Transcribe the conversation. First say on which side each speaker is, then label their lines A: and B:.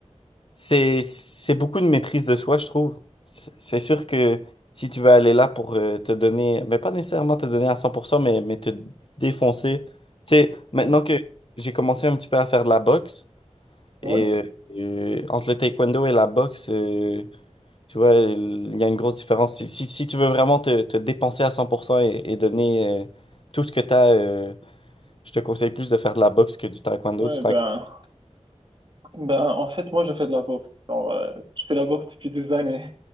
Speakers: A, on the left; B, on the right.
A: c'est c'est beaucoup de maîtrise de soi, je trouve. C'est c'est sûr que si tu veux aller là pour euh, te donner, mais pas nécessairement te donner à cent pour cent mais, mais te défoncer. Tu sais, maintenant
B: Ouais,
A: que j'ai commencé un petit peu à faire de la boxe,
B: ouais,
A: et euh, euh, entre le taekwondo et la boxe, euh, Tu vois, il y a une grosse différence. Si, si, si tu veux vraiment te, te dépenser à 100% et, et donner euh, tout ce que tu as, je te conseille plus de faire de la boxe que du taekwondo.
B: ouais,
A: Du taekwondo.
B: ben, ben, en fait, moi, je fais de la boxe. Genre, euh, je fais de la boxe depuis des années,